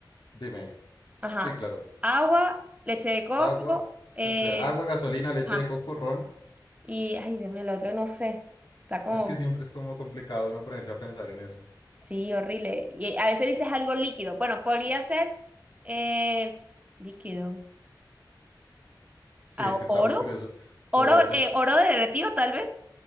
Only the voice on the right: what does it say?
ajá,
agua, leche de coco,
eh,
Ajá.
Y, ay, Dios mío, el otro no sé. Está como,
sí, horrible. Y a veces dices algo líquido. Bueno, podría ser eh, líquido.
Ah,
oro.
Oro,
eh, oro derretido, tal vez.